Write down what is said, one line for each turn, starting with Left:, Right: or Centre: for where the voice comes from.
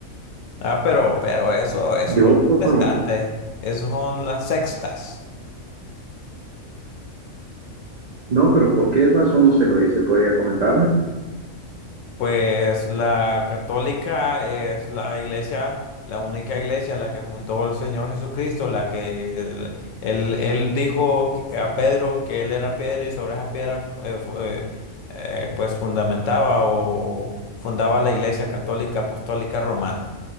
Left: Ah, pero, pero eso, eso
Right: Yo
Left: son
Right: formo,
Left: protestantes, esos son las sextas.
Right: no, pero ¿por qué razón se lo dice? ¿Podría comentarme?
Left: Pues la católica es la iglesia, la única iglesia, la que fundó el Señor Jesucristo, la que él, él dijo que- a Pedro que él era piedra y sobre esa piedra eh, fu- eh, eh, pues fundamentaba o, o fundaba la iglesia católica apostólica romana.